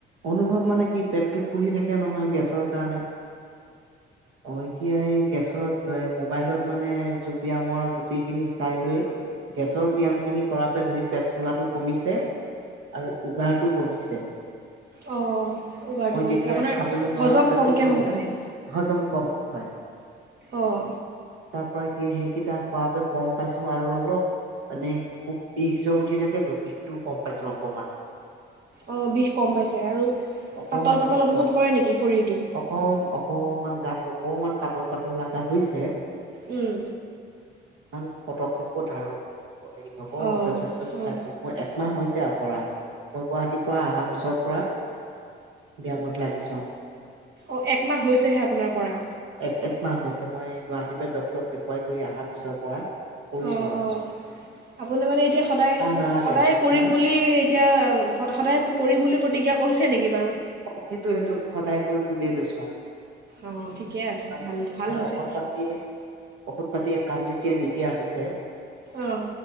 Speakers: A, on the right (about 80°); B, on the right (about 55°).
A: অনুভৱ মানে কি পেটটো ফুলি থাকে নহয় গেছৰ কাৰণে। অ এতিয়া এই গেছৰ মোবাইলত মানে জুবিয়ামৰ গুটিখিনি চাই লৈ। গেছৰ ব্যয়াম খিনি কৰা পে ধৰি পেট ফুলাটো কমিছে। আৰু উগাৰটো কমিছে।
B: উ। অঁ উগাৰটো
A: মই
B: কমিছে
A: যেতিয়া
B: আপোনাৰ
A: খাবলৈ নোৱাৰো
B: হজম
A: পেটটো
B: কমকৈ
A: ফুলি
B: হ'
A: থাকে
B: মানে।
A: হজম কম হয়,
B: অঁ
A: তাৰ পৰা এতিয়া সেইকেইটা কোৱকে গম পাইছোঁ আৰু অলপ। মানে খুব বিষ জ উঠি থাকে তো বিষটোও গম পাইছো অকমান।
B: অঁ বিষ কম পাইছে আৰু
A: অকমান
B: পাতল পাতল
A: বিষ
B: অনুভৱ
A: কম
B: কৰে নেকি শৰীৰটো।
A: অকম অকমান গাত অকমান পাতল পাতল লগা হৈছে।
B: উম।
A: ইমান পদক্ষেপত আৰু হেৰি হ'ব
B: অঁ
A: যথেষ্ট দিন।
B: অঁ
A: লাগিব মোৰ একমাহ হৈছে আ। কৰা মই গুৱাহাটীৰ পৰা অহাৰ পিছৰ পৰা ব্যায়ামত লাগিছো আৰু।
B: অঁ একমাহ হৈছেহে আপোনাৰ কৰা।
A: এক একমাহ হৈছে মই গুৱাহাটীৰ পৰা ডক্তৰক দেখুৱাই কৰি আহা পিছৰ পৰা। পৰিচয়।
B: অঁ অঁ আপুনি মানে এতিয়া সদায়
A: নালাগে
B: সদায় কৰিম
A: হা
B: বুলি। এতিয়া সদায় পু কৰিম বুলি প্ৰতিজ্ঞা কৰিছে নেকি বাৰু।
A: সেইটো সেইটো সদায় কৰি বুলিয়েই লৈছো আৰু।
B: অঁ ঠিকে আছে
A: কাম
B: ভাল ভাল
A: মানে
B: হৈছে।
A: ঔষধ পাতি ঔষধ পাতি কাণ যেতিয়া নিদিয়া হৈছে
B: অঁ